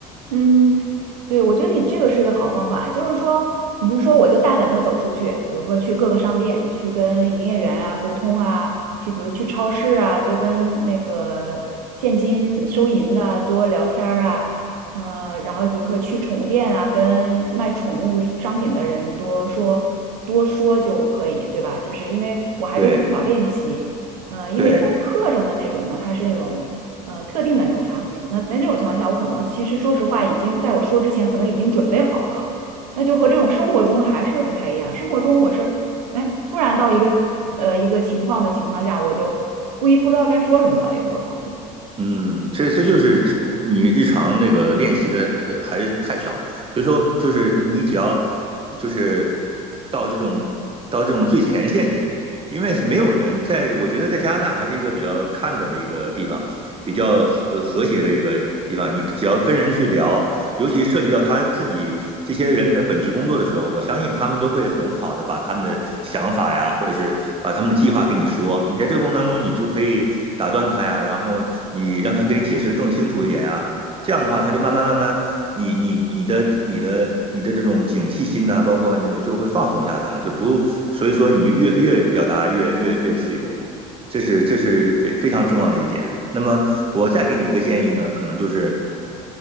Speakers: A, on the right; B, on the right.
A: 嗯，对，我觉得你这个是一个好方法，就是说，你是说我就大胆的走出去，比如说去各个商店，去跟营业员啊沟通啊，去比如去超市啊，多跟那个现金收银的啊多聊天儿啊，呃，然后比如说去宠物店啊，跟卖宠物商品的人多说多说就可以，对吧？就是因为我还是缺少练习，
B: 对
A: 呃，因为在课上的那种呢，
B: 对。
A: 它是那种。呃特定的那种场景。那在那种情况下，我可能其实说实话，已经在我说之前，可能已经准备好了。那就和这种生活中还是不太一样。生活中我是，哎，突然到一个呃一个情况的情况下，我就不一不知道该说什么了，有时候。
B: 嗯，这这就是这你日常那个练习的还是太少，所以说就是你只要就是到这种到这种最前线去，因为是没有人在，我觉得在加拿大还是一个比较看的的一个地方，比较和呃和谐的一个地方。你只要跟人去聊，尤其涉及到他自己这些人的本职工作的时候，我相信他们都会很好的把他们的想法呀，或者是把他们的计划跟你说。你在这个过程当中，你就可以打断他呀，然后你让他跟你解释的更清楚一点呀。这样的话，他就慢慢慢慢，你你你的你的你的这种警惕心呐、啊包括那种就会放松下来了，就不，所以说你越越表达越越越自由，这是这是非非常重要的一点。那么我再给你一个建议呢，可能就是